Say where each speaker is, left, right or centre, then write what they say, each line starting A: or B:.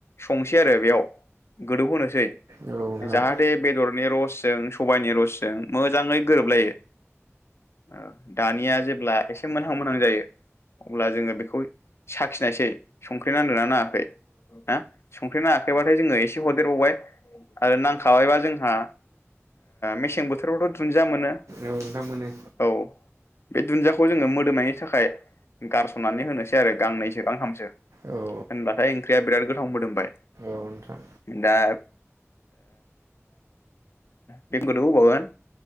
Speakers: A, on the left; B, on the right.
A: संसै आरो बेयाव गोदौहोनोसै
B: नोंथां औ नोंथां
A: जाहाथे
B: उम
A: बेदरनि रसजों सबायाइनि रसजों मोजाङै गोरोबलायो ओ दानिया जेब्ला एसे एसे मोनहां मोनहां जायो अब्ला जोङो बेखौ साखिनायसै संख्रै नांदोनना नाङाखै हा संख्रै नाङाखैबाथाय जोङो एसे हरदेरबावबाय आरो नांखाबायबा जोंहा मेसें बोथोरावथ' दुन्दिया मोनो
B: औ नोंथां मोनो
A: औ बे दुन खौ जोङो मोदोमनायनि थाखाय गारसननानै होनोसै आरो गांनैसो गांथामसो
B: औ औ
A: होनबाथाय ओंख्रिया बिराद गोथाव मोदोमबाय
B: नोंथां
A: दा बें गोदौ होबावगोन